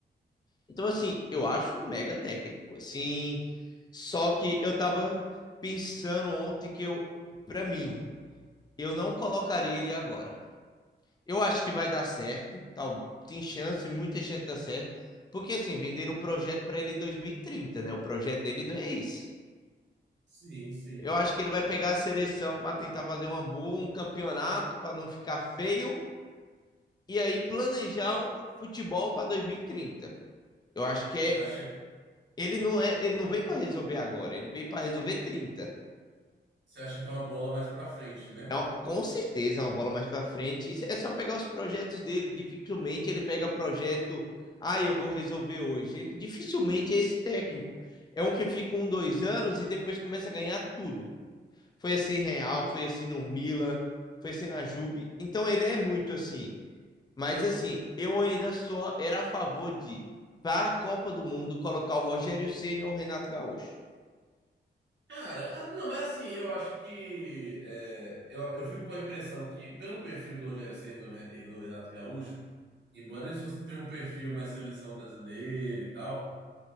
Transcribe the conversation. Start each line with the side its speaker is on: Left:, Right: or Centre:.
Left: Então, assim, eu acho um mega técnico, assim. Só que eu tava pensando ontem que eu, pra mim, eu não colocaria ele agora. Eu acho que vai dar certo, tal, tem chance, muita chance de dar certo, porque assim, venderam o projeto pra ele em 2030, né? O projeto dele não é esse.
Right: Sim, sim.
Left: Eu acho que ele vai pegar a seleção pra tentar fazer uma boa, um campeonato pra não ficar feio e aí planejar um futebol pra 2030. Eu acho que é,
Right: Você acha
Left: Ele não, é, ele não veio para resolver agora, ele veio para resolver 30.
Right: Você acha que é uma bola mais pra frente, né?
Left: É uma- com certeza é uma bola mais para frente. É só pegar os projetos dele. Dificilmente ele pega projeto. Ah, eu vou resolver hoje. Ele dificilmente é esse técnico. É um que fica um, dois anos e depois começa a ganhar tudo. Foi assim Real, foi assim no Milan, foi assim na Juve. Então ele é muito assim. Mas assim, eu ainda só era a favor de, para a Copa do Mundo, colocar o Rogério Ceni ou o Renato Gaúcho.
Right: Cara, ah, não, mas assim, eu acho que. é, eu, eu fico com a impressão que, pelo perfil do Rogério Ceni e do Ren- e do Renato Gaúcho, embora eles fossem ter um perfil mais seleção brasileira e tal.